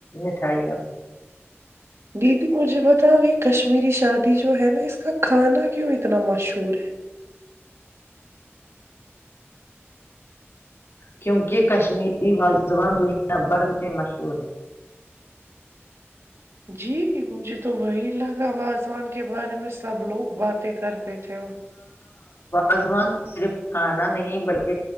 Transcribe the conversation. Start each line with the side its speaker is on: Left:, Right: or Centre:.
Left: مٹھائیاں بھی
Right: دیدی مجھے بتا بھیھ کشمیری شادی جو ہے نا اس کا کھانا کیوں اتنا مشہور ہے
Left: کیونکہ کشمیری والوان دنیا بھر میں مشہور ہے
Right: جی مھے تو وہی لگا واازوان کے بارے میں سب لوگ بات کرتے تھے وہ
Left: ازوان صرف کھانا نہیں بلکہ